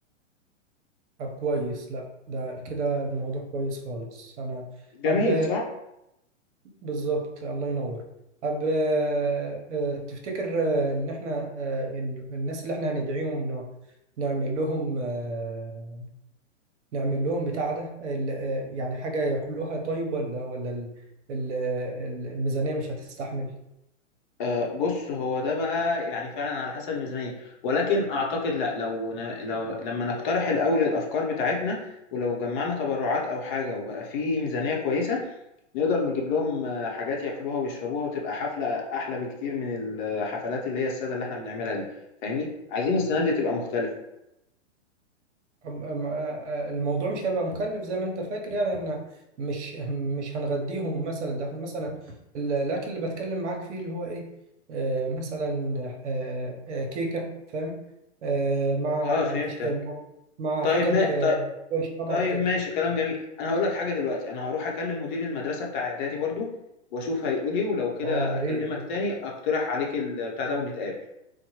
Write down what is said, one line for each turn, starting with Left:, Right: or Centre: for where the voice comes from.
Right: طب كويس لا ده كده الموضوع كويس خالص انا
Left: جميل
Right: اب
Left: صح؟
Right: بالظبط الله ينور اب آه، آه، تفتكر آه، ان احنا آه، إن الناس اللي احنا هندعيهم نوع- نعمل لهم آه، نعمل لهم بتاع ده ال- آه، يعني حاجه ياكلوها طيب ولا ولا ال- ال- ال- الميزانيه مش هتستحمل
Left: آه بص هو ده بقى يعني فعلا على حسب الميزانية ولكن أعتقد لا لو ن... لو لما نقترح الأول الأفكار بتاعتنا ولو جمعنا تبرعات أو حاجة وبقى في ميزانية كويسة نقدر نجيب لهم آه، حاجات ياكلوها ويشربوها وتبقى حفلة احلى بكتير من الحفلات اللي هي السادة اللي احنا بنعملها دي فاهمني عايزين السنة دي تبقى مختلفة
Right: أم- أم- آه، آه، الموضوع مش هيبقى مكلف زي ما انت فاكر يعني احنا مش مش هنغديهم مثلا ده احنا مثلا ال- الاكل اللي بتكلم معاك فيه اللي هو ايه آه مثلا آه آه كيكه فاهم آه مع
Left: اه فهمتك
Right: ش- مع مع
Left: طيب
Right: حاجه ب-
Left: ما
Right: آه،
Left: طيب,
Right: يشربها
Left: طيب
Right: وكده
Left: ماشي كلام جميل انا هقول لك حاجة دلوقتي انا هروح اكلم مدير المدرسة بتاع اعدادي برضو واشوف هيقول ايه ولو كده
Right: اه يا
Left: اكلمك
Right: ريت
Left: تاني اقترح عليك البتاع ده ونتقابل